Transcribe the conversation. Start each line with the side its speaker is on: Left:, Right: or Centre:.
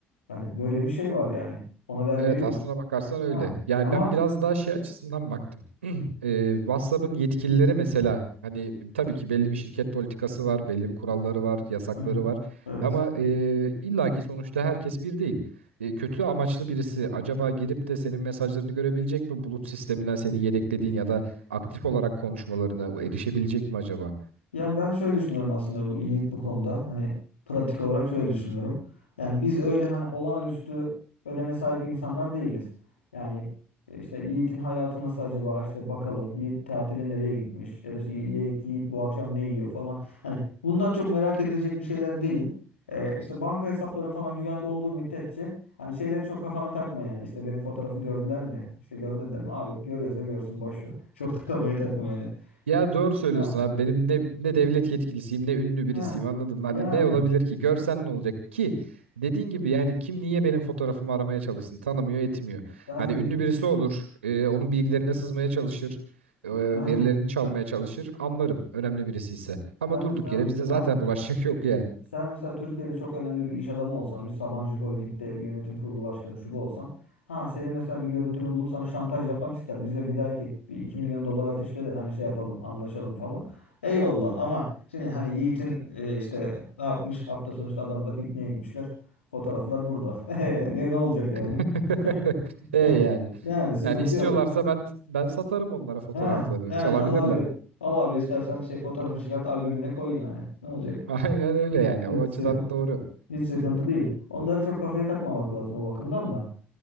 Left: Yani böyle bir şey var yani. Ona vermeyebilir.
Right: Evet aslına bakarsan öyle.
Left: Ha.
Right: Yani
Left: Ama
Right: ben biraz daha şey açısından baktım. <clears throat> Ee, WhatsApp'ın yetkilileri mesela hani tabii ki belli bir şirket politikası var, belli bir kuralları var, yasakları
Left: Hı hı.
Right: var.
Left: Evet.
Right: Ama e, illaki sonuçta herkes bir değil. E, kötü amaçlı birisi acaba girip de senin mesajlarını görebilecek mi? Bulut sisteminden seni yedeklediğin ya da aktif olarak konuşmalarına erişebilecek mi acaba?
Left: Ya ben şöyle düşünüyorum aslında bu Yiğit bu konuda. Hani pratik olarak şöyle düşünüyorum. Yani biz öyle hani olağanüstü öneme sahip insanlar değiliz. Yani e, işte Yiğit'in hayatı nasıl acaba işte bakalım. Yiğit tatile nereye gitmiş ya da işte Yiğit, Yiğit bu akşam ne yiyor falan. Hani bunlar çok merak edilecek bir şeyler değil. E, işte banka hesapların falan güvende olduğu müddetçe hani şeyleri çok kafana takma yani. İşte benim fotoğrafı gördüler mi? İşte görmediler mi? Abi görüyorsa görsün boş ver. Çok da kafayı takma yani.
Right: Ya doğru söylüyorsun
Left: Ha.
Right: abi. Benim ne, ne devlet yetkilisiyim ne ünlü birisiyim
Left: Ha.
Right: anladın mı?
Left: Yani.
Right: Hani ne olabilir ki? Görsen ne olacak ki? Dediğin gibi yani kim niye benim fotoğrafımı aramaya çalışsın? Tanımıyor etmiyor.
Left: Aynen.
Right: Hani ünlü birisi olur. e, onun
Left: Hı hı.
Right: bilgilerine sızmaya çalışır. e,
Left: Aynen.
Right: verilerini çalmaya çalışır. Anlarım önemli birisi ise. Ama
Left: Sen
Right: durduk
Left: mesela
Right: yere bizde
Left: ha
Right: zaten bulaşacak yok yani.
Left: sen mesela Türkiye'de çok önemli bir iş adamı olsan, bir Sabancı Holding'de bir yönetim kurulu başkanı şu bu olsan, ha senin mesela bir görüntünü bulup sana şantaj yapmak ister. Bize bir der ki bir 2 milyon dolar ateşle de hani şey yapalım, anlaşalım falan. Eyvallah ama şimdi hani Yiğit'in e, işte ne yapmış hafta sonu işte Adana'da pikniğe gitmişler. Fotoğraflar burada. <laughs> E, ne olacak yani?
Right: <laughs>
Left: <laughs>
Right: E yani.
Left: Yani sıkıntı
Right: Yani istiyorlarsa
Left: yok.
Right: ben ben satarım onlara fotoğrafları.
Left: Ha yani
Right: Çalabilirler.
Left: al abi. Al abi istersen şey fotoğrafı çıkart albümüne koy yani. Ne olacak?
Right: <laughs> Aynen öyle yani.
Left: Hiç
Right: O açıdan
Left: <laughs> sıkıntı,
Right: doğru.
Left: hiç sıkıntı değil. Onları çok kafaya takmamak lazım o bakımdan da.